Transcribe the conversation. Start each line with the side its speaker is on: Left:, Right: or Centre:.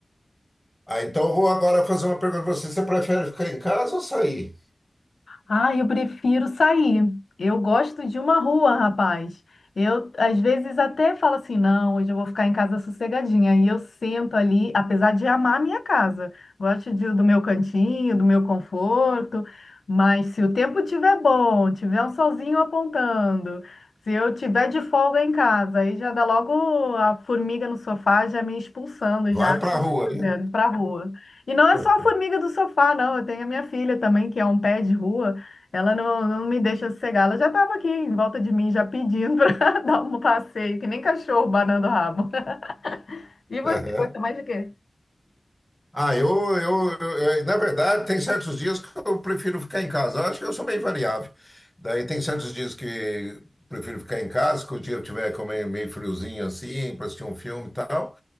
Centre: Ah, então eu vou agora fazer uma pergunta pra você. Você prefere ficar em casa ou sair?
Left: Ah, eu prefiro sair. Eu gosto de uma rua, rapaz. Eu, às vezes, até falo assim: não, hoje eu vou ficar em casa sossegadinha. E eu sento ali, apesar de amar a minha casa, gosto de- do meu cantinho, do meu conforto. Mas se o tempo tiver bom, tiver um solzinho apontando, se eu tiver de folga em casa, aí já dá logo a formiga no sofá já me expulsando,
Centre: Vai
Left: já
Centre: pra rua, né?
Left: para a rua. E não é
Centre: <laughs>
Left: só a formiga do sofá, não. Eu tenho a minha filha também, que é um pé de rua. Ela não, não me deixa sossegar. Ela já estava aqui em volta de mim, já pedindo para <laughs> dar um passeio, que nem cachorro banando o rabo. <laughs> E você
Centre: Aham.
Left: gosta mais de quê?
Centre: Ah, eu, eu, eu- eu- na verdade, tem certos dias que eu prefiro ficar em casa. Eu acho que eu sou meio variável. Daí tem certos dias que prefiro ficar em casa, que o dia tiver como meio, meio friozinho assim, para assistir um filme e tal.